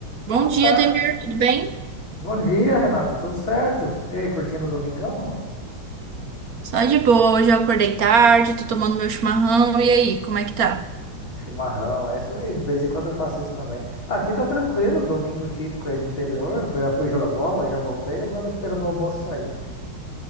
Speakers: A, on the right; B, on the left.
A: Bom
B: Então
A: dia,
B: tá.
A: Demir, tudo bem?
B: Bom dia, Renata. Tudo certo? E aí, curtindo o domingão ou não?
A: Só de boa, hoje eu acordei tarde, tô tomando meu chimarrão, e aí, como é que tá?
B: Um chimarrão, é isso aí. De vez em quando eu faço isso também. Aqui tá tranquilo, domingo típico aí do interior. Fui, já fui jogar bola, já voltei, agora esperando o almoço sair.